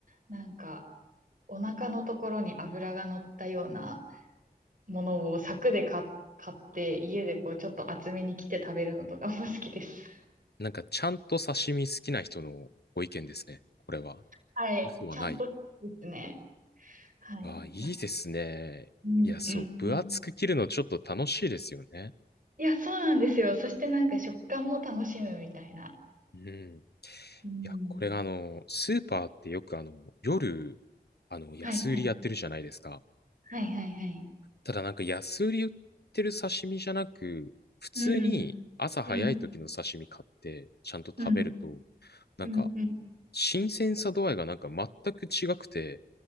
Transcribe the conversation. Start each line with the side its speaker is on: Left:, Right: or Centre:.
Right: なんかお腹のところに油が乗ったようなものを柵で買っ買って家でこうちょっと厚めに切って食べるのとかも好きです。
Left: なんか、ちゃんと刺身好きな人のご意見ですね。これは。
Right: はい。
Left: 嘘はない。
Right: ちゃんとですね。はい。
Left: ああ、いいですね。
Right: ま、うん、
Left: いや、そう、
Right: うん、
Left: 分厚く切るのちょっと楽しいですよね。
Right: うん。いや、そうなんですよ。そしてなんか食感も楽しむみたいな。
Left: うん。い
Right: うん。
Left: や、これがあの、スーパーってよくあの、夜、あの、安売りやってるじゃないですか。
Right: はい、はい。はい、はい、はい。
Left: ただなんか安売り売ってる刺身じゃなく、普通に朝早い時の刺身買ってちゃんと食べると、
Right: うん、うん、うん、
Left: なんか
Right: うん、うん。
Left: 新鮮さ度合いがなんか全く違くて、